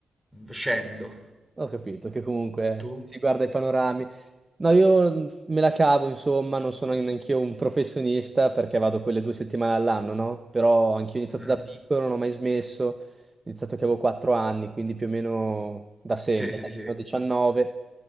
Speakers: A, in the centre; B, on the right.
A: scendo.
B: Ho capito che comunque
A: Tu?
B: si guarda i panorami. No, io mm, me la cavo, insomma, non sono neanche io un professionista perché vado quelle due settimane all'anno, no? Però anch'io ho iniziato
A: <laughs> Ah.
B: da piccolo, non ho mai smesso, ho iniziato che avevo 4 anni, quindi più o meno da sempre,
A: Sì, sì,
B: da
A: sì,
B: quando ho 19,